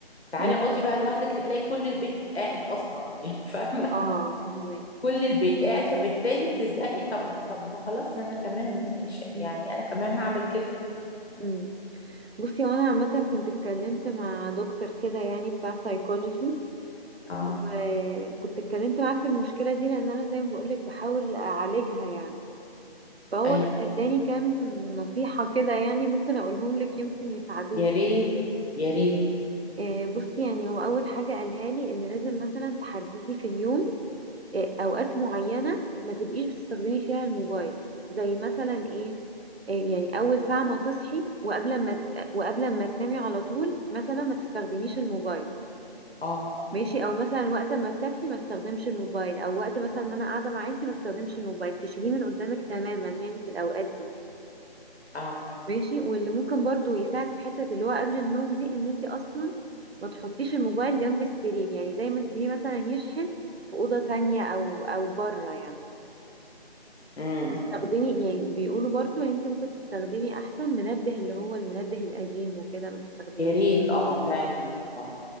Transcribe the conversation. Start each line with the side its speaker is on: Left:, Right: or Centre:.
Left: تعالي
Right: مم.
Left: اقعدي بقى لوحدك هتلاقي كل البيت قاعد اصلا <laughs> يعني فاهمه
Right: اه فهمك
Left: كل البيت قاعد فبالتالي بتزهقي طب طب ما خلاص ما انا كمان ش- يعني
Right: مم.
Left: انا كمان هعمل كده
Right: مم. بصي وانا عامة كنت اتكلمت مع دكتور كده يعني بتاع سايكولوجي
Left: اه
Right: وكنت اتكلمت معاه في المشكلة دي لان انا زي ما بقولك بحاول اعالجها يعني فهو
Left: ايوه
Right: كان اداني كام نصيحة كده يعني ممكن اقولهم لك يمكن يساعدوكي
Left: يا ريت يا ريت
Right: آه، بصي يعني هو اول حاجة قالها لي ان لازم مثلا تحددي في اليوم آه، اوقات معينة ما تبقيش بتستخدمي فيها الموبايل زي مثلا ايه آه، يعني اول ساعة ما تصحي وقبل ما ت- وقبل ما تنامي على طول مثلا ما تستخدميش الموبايل
Left: اه
Right: ماشي او مثلا وقت ما بتاكلي ما استخدمش الموبايل او وقت مثلا ما انا قاعدة مع عيلتي ما استخدمش الموبايل تشيليه من قدامك تماما يعني في الاوقات دي
Left: اه
Right: ماشي واللي ممكن برضو يساعد في حتة اللي هو قبل النوم دي ان انت اصلا ما تحطيش الموبايل جنب السرير يعني دايما تسيبيه مثلا يشحن في أوضة تانية او او بره يعني
Left: امم
Right: تستخدمي يعني بيقولوا برضو ان انت ممكن تستخدمي احسن منبه اللي هو المنبه القديم وكده ما تستخدميش
Left: يا ريت اه فعلا والله.